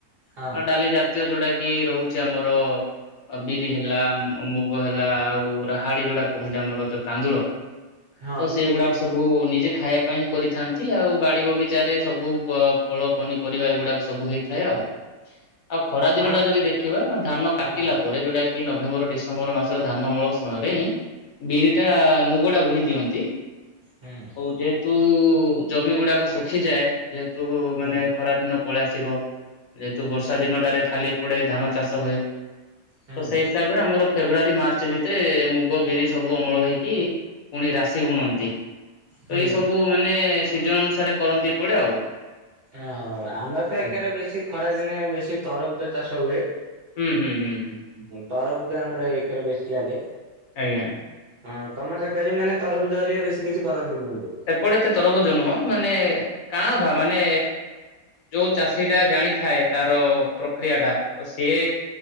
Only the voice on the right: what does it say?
ହଁ
ହଁ
ତମେ
ହଁ
ହୁଁ
ହୁଁ
ହୁଁ
ହୁଁ
ଓ ଆମର ତ
ଏକାରେ ବେଶୀ ଖରା ଦିନେ ବେଶୀ ତରବୁଜ ଚାଷ ହୁଏ।
ତରଭୁଜା ଆମର ଏକରେ ବେଶୀ ଲାଗେ।
ହଁ ତମେ ସୋ ମାନେ ତରଭୂଜ ହେରିଆ ବେଶୀ କିଛି କରନ୍ତିନି ବୁଝେ